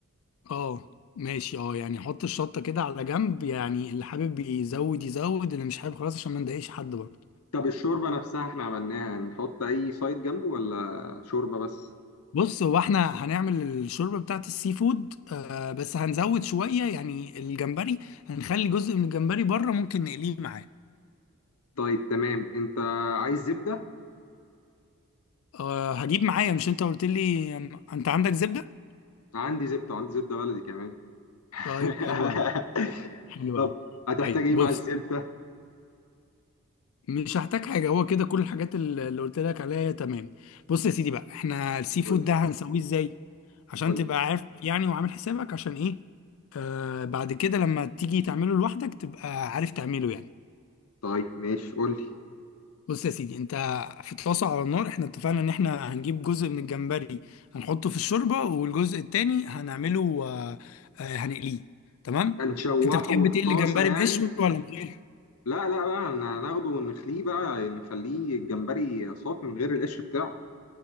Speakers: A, on the left; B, on the left.
A: اه ماشي اه يعني حط الشطه كده على جنب يعني اللي حابب يزود يزود اللي مش حابب خلاص عشان ما نضايقش حد برضه
B: طب الشوربة نفسها احنا عملناها نحط اي سايد جنبه ولا شوربة بس؟
A: بص هو احنا هنعمل الشوربه بتاعت السي فود آه بس هنزود شويه يعني الجمبري هنخلي جزء من الجمبري بره ممكن نقليه معاه
B: طيب تمام انت عايز زبدة؟
A: أه هجيب معايا مش انت قلت لي أم- انت عندك زبدة
B: عندي زبدة عندي زبدة بلدي كمان <laughs>
A: طيب حلو قوي حلو
B: طب
A: قوي
B: هتحتاج
A: طيب
B: ايه
A: بص
B: مع الزبدة؟
A: مش هحتاج حاجة هو كده كل الحاجات ال- اللي قلت لك عليها هي تمام بص يا سيدي بقى احنا السي
B: قول
A: فود ده هنسويه ازاي عشان
B: قول
A: تبقى عارف يعني وعامل حسابك عشان ايه أه بعد كده لما تيجي تعمله لوحدك تبقى عارف تعمله يعني
B: طيب ماشي قول لي
A: بص يا سيدي انت في طاسة على النار احنا اتفقنا ان احنا هنجيب جزء من الجمبري هنحطه في الشوربة والجزء التاني هنعمله آه، آه، هنقليه تمام
B: هنشوحه
A: انت بتحب
B: في
A: تقلي
B: طاسة
A: جمبري
B: يعني
A: بقشر ولا من غير
B: لا لا بقى ن- ناخده ونخليه بقى نخليه الجمبري صافي من غير القش بتاعه